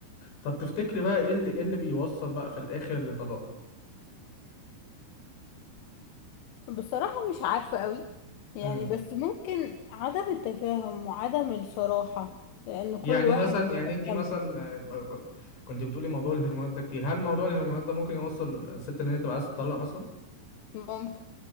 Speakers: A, on the left; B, on the left.
A: طب تفتكري بقى ايه اللي ايه اللي بيوصل بقى في الاخر لطلاق
B: بصراحة مش عارفة قوي يعني
A: امم
B: بس ممكن عدم التفاهم وعدم الصراحة لأن كل
A: يعني
B: واحد
A: مثلا
B: بيبقى
A: يعني انت مثلا
B: جنب
A: آه، ك- كنت بتقولي موضوع الهرمونات ده كتير هل موضوع الهرمونات ده ممكن يوصل الست ان هي تبقى عايزه تطلق مثلا
B: ممكن